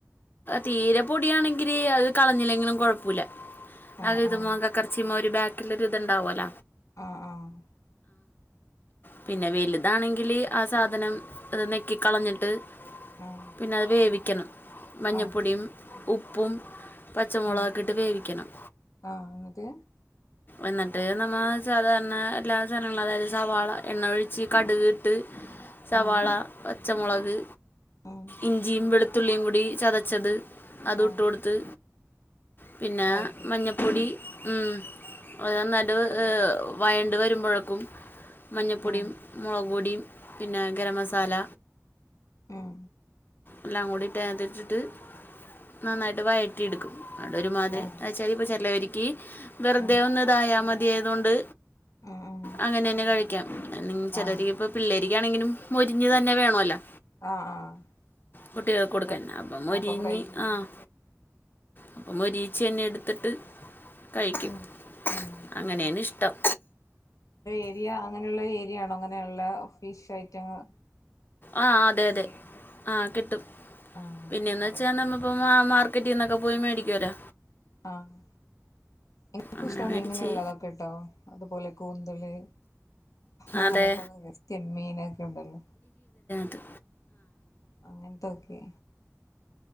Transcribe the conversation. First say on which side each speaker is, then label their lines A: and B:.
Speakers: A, on the left (about 40°); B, on the left (about 85°).
A: തീരെ പൊടിയാണെങ്കില് അത് കളഞ്ഞില്ലെങ്കിലും കൊഴപ്പുല്ല
B: ആഹ്
A: അത് ഇത്
B: ആഹ്
A: മോന്താ കർച്ചിമ്മ ഒരു ബാക്കിലോരു ഇത്ണ്ടാവോല
B: ആഹ് ആഹ്
A: പിന്നെ വലുതാണെങ്കില് ആ സാധനം ഇത് നെക്കിക്കളഞ്ഞിട്ട്
B: ആഹ്
A: പിന്നെ അത് വേവിക്കണം മഞ്ഞപ്പൊടിയും
B: ആഹ്
A: ഉപ്പും പച്ചമുളകക്കൊയിട്ട്
B: ഉം
A: വേവിക്കണം
B: ആഹ് എന്നിട്ട്
A: എന്നിട്ട് നമ്മ സാധാരണ എല്ലാ സാധനങ്ങളും അതായത് സവാള എണ്ണ ഒഴിച്ച് കടുക് ഇട്ട് സവാള
B: ആഹ്
A: പച്ചമുളക്
B: ഉം
A: ഇഞ്ചിയും വെളു തുള്ളിയും കൂടി ചതച്ചത് അത്
B: ആഹ്
A: ഇട്ട് കൊടുത്ത് പിന്നെ
B: വയറ്റി
A: മഞ്ഞപ്പൊടി മ് അത് നന്നായിട്ട് വയണ്ട് വരുമ്പോഴേക്കും മഞ്ഞപ്പൊടിയും
B: ഉം
A: മുളക് പൊടിയും പിന്നെ ഗരമസാല
B: ഉം
A: എല്ലാം കൂടി ഇട്ട് അയ്നാത്തിട്ടിട്ട് നന്നായിട്ട് വഴറ്റി എടുക്കും അത് ഒരുമാതിരി
B: ആഹ്
A: എന്നച്ചാല് ഇപ്പ ചിലോരിക്ക് വെറുതെ
B: ഉം
A: ഒന്ന് ഇതായ മതിയയത് കൊണ്ട്
B: ഉം ഉം
A: അങ്ങനെ തന്നെ കഴിക്കാം അല്ലെങ്കി ചിലൊരിക്ക്
B: ആഹ്
A: ഇപ്പ പിള്ളേർ ക്കാണെങ്കിലും മോരിഞ്ഞ് തന്നെ വേണോല്ലോ
B: ആഹ് ആഹ്
A: കുട്ടികൾ കൊടുക്കന്നെ
B: അപ്പ
A: അപ്പം മൊരിഞ്ഞ്
B: അപ്പൊ ഫ്രൈ
A: ആഹ് അപ്പം മോരിച്ച് തന്നെ എടുത്തിട്ട് കഴിക്കും
B: ഉം ഉം
A: അങ്ങനെയാണ് ഇഷ്ടം
B: ഏരിയ അങ്ങനെയുള്ള ഏരിയാണോ അങ്ങനെയുള്ള ഫിഷ് ഐറ്റങ്ങൾ
A: ആഹ് അതെ അതെ ആഹ് കിട്ടും
B: ആഹ്
A: പിന്നെന്ന്
B: അതെ
A: വെച്ചാൽ നമ്മപ്പം ആഹ് മാർക്കറ്റിൽ നിന്നൊക്കെ പോയി മേടിക്കുവല്ലോ
B: ആഹ് എനിക്കും
A: അങ്ങനെ
B: ഇഷ്ടവാണ്
A: മേടിച്ച്
B: എങ്ങനെയുള്ളതൊക്കേട്ടോ അതുപോലെ കൂന്തല് അങ്ങനെയുള്ളത്
A: അതെ
B: ചെമ്മിനൊക്കെ ഉണ്ടല്ലോ
A: ത്ത്
B: അങ്ങനത്തൊക്കെ